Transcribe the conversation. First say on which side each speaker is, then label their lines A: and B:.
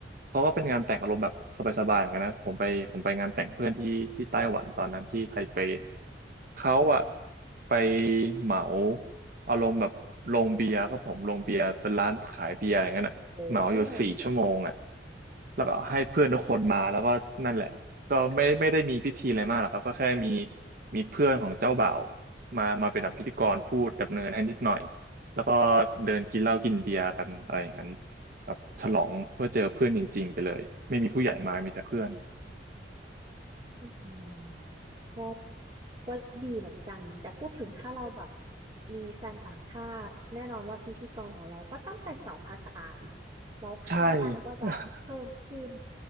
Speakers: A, on the right (about 50°); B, on the right (about 30°).
A: เขาก็เป็นงานแต่งอารมณ์แบบสบายๆเหมือนกันนะผมไปผมไปงานแต่งเพื่อนที่ที่ไต้หวันตอนนั้นที่ไทเปเขาอ่ะไปเหมาอารมณ์แบบโรงเบียร์ก็ผมโรงเบียร์เป็นร้านขายเบียร์อะไรอย่างนั้ยนอ่ะเหมาอยู่สี่ชั่วโมงอ่ะ
B: โอ้
A: แล้วก็ให้เพื่อนทุกคนมาแล้วก็นั่นแหละก็ไม่ไม่ได้มีพิธีอะไรมากหรอกครับก็แค่มีมีเพื่อนของเจ้าบ่าว มามาเป็นแบบพิธีกรพูดดำเนินให้นิดหน่อย แล้วก็เดินกินเหล้ากินเบียร์กันอะไรอย่างนั้นแบบฉลองเพื่อเจอเพื่อนจริงๆไปเลยไม่มีผู้ใหญ่มา มีแต่เพื่อน
B: อืม ก็ก็ดีเหมือนกัน แต่พูดถึงถ้าเราแบบมีแฟนต่างชาติแน่นอนว่าพิธีกรของเราก็ต้องเป็นสองภาษาอีกแล้วค่าจ้างก็จะเพิ่มขึ้น
A: ใช่ <laughs>